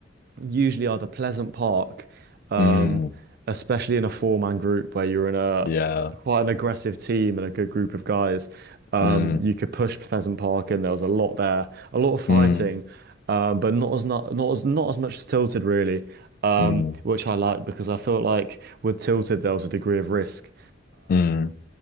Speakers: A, on the right; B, on the left.
A: usually are pleasant park, um,
B: mm.
A: especially in a four-man group where you're in a
B: yeah
A: quite an aggressive team and a good group of guys. Um,
B: mm,
A: you could push Pleasant Park, and there was a lot there, a lot of fighting,
B: mm,
A: um, but not as not not as not as much as Tilted really, um,
B: mm.
A: which I liked because I felt like with Tilted there was a degree of risk
B: Mm,